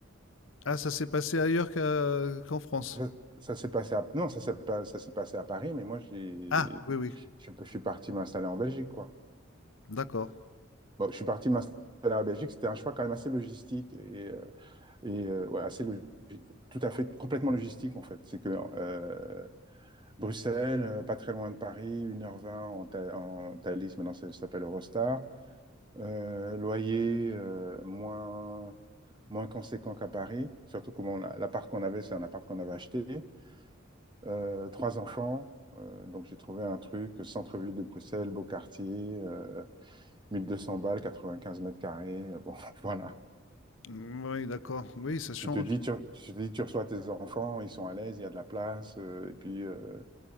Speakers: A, on the left; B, on the right.
A: Ah, ça s'est passé ailleurs qu'à- qu'en France.
B: Ça, ça s'est passé à... Non, ça s'est pas- ça s'est passé à Paris, mais moi, j'ai...
A: Ah, oui, oui,
B: Je, je suis parti m'installer en Belgique, quoi.
A: d'accord.
B: Bon, je suis parti m'installer en Belgique, c'était un choix quand même assez logistique. Et, euh, Et euh, ouais, assez logique. Tout à fait, complètement logistique en fait. C'est que euh, Bruxelles, euh, pas très loin de Paris, une heure vingt en, Tha- en Thalys, maintenant ça, ça s'appelle Eurostar. Euh, loyer euh, moins, moins conséquent qu'à Paris, surtout que bon, la- l'appart qu'on avait, c'est un appart qu'on avait acheté. Euh, trois enfants, euh, donc j'ai trouvé un truc, centre-ville de Bruxelles, beau quartier, euh, 1200 balles, 95 mètres carrés. euh, bon, <laughs> voilà.
A: Mm, Oui, d'accord. Oui, ça change.
B: Je te dis, tu, je te dis, tu reçois tes enfants, ils sont à l'aise, il y a de la place. euh, et puis, euh,